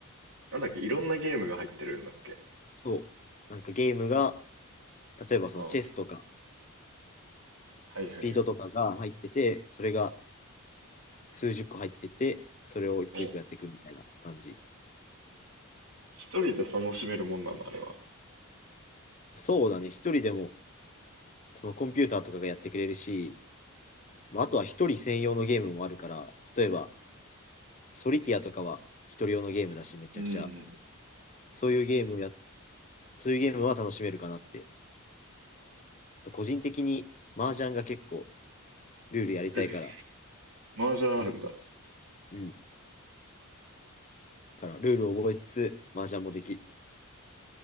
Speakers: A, on the right; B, on the left.
A: なんだっけ、いろんなゲームが入ってるんだっけ
B: そう。なんかゲームが、例えばそのチェスとか
A: ああ、はいはいは
B: スピードとかが入ってて、それが数十個入ってて、それを一個一個やっていくみたいな感じ。
A: いはい。お、一人で楽しめるもんなんだ、あれは。
B: そうだね、一人でもそのコンピューターとかがやってくれるし、まあ、あとは一人専用のゲームもあるから、例えばソリティアとかは一人用のゲームだし、めちゃくちゃ
A: うん。
B: そういうゲームをや、そういうゲームは楽しめるかなって。個人的に麻雀が結構ルールやりたいから、
A: え、麻雀あるんだ。
B: 助か、うん。からルールを覚えつつ、麻雀もでき、